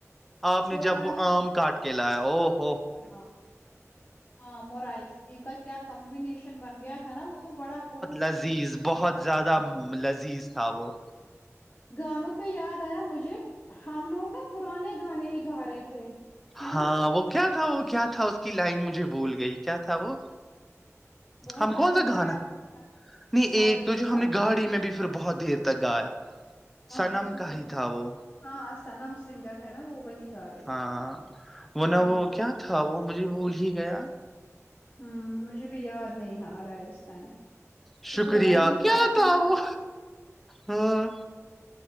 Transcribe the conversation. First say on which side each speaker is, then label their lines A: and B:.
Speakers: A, in the centre; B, on the left (about 30°).
A: آپ نے
B: پرانے
A: جب وہ آم کاٹ لایا وہ
B: ہاں ہم آئس کریم کا کیا کم ہمم نہیں بن گیا تھا نا وہ تو بڑا بہت
A: لذیذ
B: ہی ٹیٹی
A: بہت
B: ہو گیا
A: زیادہ
B: تھا ہاں
A: لذیذ تھا وہ
B: گانوں پہ یاد آیا مجھے ہم لوگ نا پرانے گانے ہی گا رہے تھے ہے
A: ہاں
B: نا
A: وہ کیا تھا وہ کیا تھا اس کی لائن مجھے بھول گئی کیا تھا وہ
B: بہت
A: ہم
B: سارے
A: کون سا
B: گائے
A: کانا
B: آپ نے۔
A: نہیں
B: پل
A: ایک تو جو
B: پل
A: ہم نے گاڑی میں بھی پھر بہت دھییر تک گایا
B: ہاں
A: سنم
B: اچا
A: کا
B: مجھے
A: ہی تھا وہ
B: ہاں سنم سنگر ہے نا وہی گا رہے
A: ہاں
B: تھے
A: وہ نہ
B: ہاں
A: وہ کیا تھا وہ مجھے بولی ہی گیا
B: ہوں مجھے بھی یاد نہیں آ رہا ہے اس ٹائم
A: شکریہ
B: وہ پرانا ہی
A: کیا
B: کانا تھا نا
A: وہ ہاں